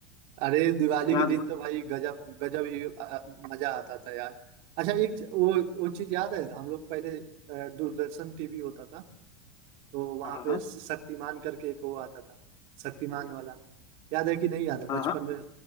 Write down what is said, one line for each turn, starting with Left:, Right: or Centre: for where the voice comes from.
Right: अरे दिवाली
Left: रात
Right: के दिन
Left: भर
Right: तो भाई गजब गजब ही अ, मजा आता था यार अच्छा एक च- वो वो चीज याद है हम लोग पहले अ, दूरदर्शन टीवी होता था तो वहां
Left: हाँ
Right: पे
Left: हाँ
Right: शक्तिमान करके एक वो आता था शक्तिमान वाला याद है कि नहीं याद है
Left: <clears throat>
Right: बचपन
Left: हाँ
Right: में